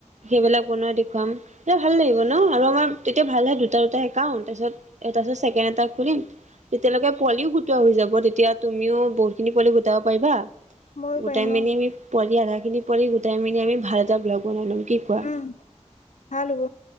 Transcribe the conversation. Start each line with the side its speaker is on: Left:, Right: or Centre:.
Right: সেইবিলাক বনোৱাই দেখুৱাম, এয়া ভাল লাগিব ন আৰু আমাৰ তেতিয়া ভাল হে- এটা একাউণ্ট, তাৰপিছত তাৰপাছত ছেকেড এটা খুলিম। তেতিয়ালৈকে পোৱালীও গোটোৱা হৈ যাব। তেতিয়া তুমিও বহুত খিনি পোৱালি গোটাব পাৰিবা।
Left: ময়ো
Right: গোটাই
Left: পাৰিম
Right: মিনি
Left: অ
Right: আমি পোৱালি আধাখিনি পোৱালি গোটাই মিনি আমি ভাল এটা ব্লগ বনাই লম কি- কোৱা?
Left: উম ভাল হ'ব